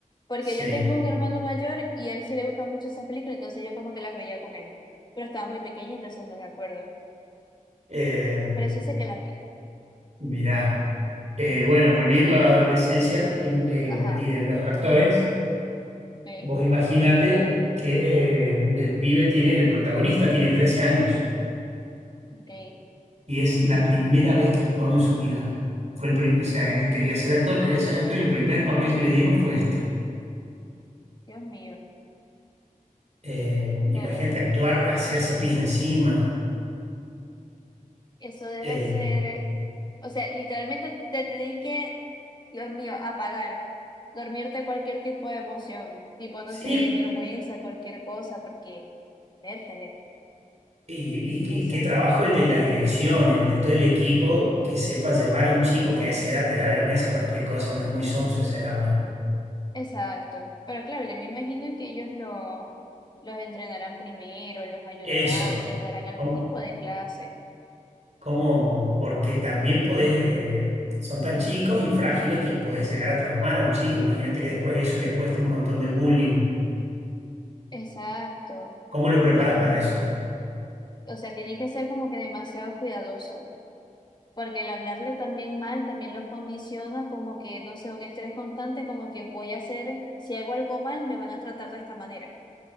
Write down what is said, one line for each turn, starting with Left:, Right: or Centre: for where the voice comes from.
Left: porque
Right: Sí.
Left: yo tengo un hermano mayor y a él sí le gustan mucho esas películas, entonces yo como que las veía con él. Pero estaba muy pequeña, entonces no me acuerdo.
Right: Eh,
Left: Pero sí sé que las vi.
Right: mirá, Eh, bueno, volviendo a la adolescencia y, eh,
Left: Ajá,
Right: y de los actores,
Left: ok,
Right: vos imaginate que eh, el pibe tiene, el protagonista tiene 13 años
Left: ok.
Right: y es la primera vez que actuaba en su vida. Fue el prim- o sea, él quería ser actor, quería ser actor y el primer papel que le dieron fue este.
Left: Dios mío,
Right: Eh,
Left: claro.
Right: imagínate actuar, hacerse pis encima.
Left: Eso debe
Right: Eh,
Left: ser, o sea, literalmente te tenés que, Dios mío, apagar, dormirte cualquier tipo de emoción, tipo, no
Right: sí,
Left: sé, vergüenza, cualquier cosa, porque, vértele,
Right: Y,
Left: y
Right: y- y
Left: eso.
Right: qué trabajo el de la dirección, el de todo el equipo que sepa llevar a un chico que a esa edad te da vergüenza cualquier cosa, uno es muy sonso a esa edad o no.
Left: Exacto. Pero claro, yo me imagino que ellos lo, los entrenarán primero, los ayudarán,
Right: Eso,
Left: les darán algún
Right: ¿no?
Left: tipo de clase.
Right: como porque también podés, eh, son tan chicos y frágiles que podés llegar a traumar a un chico. Imagínate que después eso le cueste un montón de bullying.
Left: Exacto.
Right: ¿Cómo lo preparas
Left: O,
Right: para eso?
Left: o sea, tienen que ser como que demasiado cuidadosos. Porque el hablarle también mal también los condiciona como que, no sé, un estrés constante, como que voy a hacer, si hago algo mal, me van a tratar de esta manera.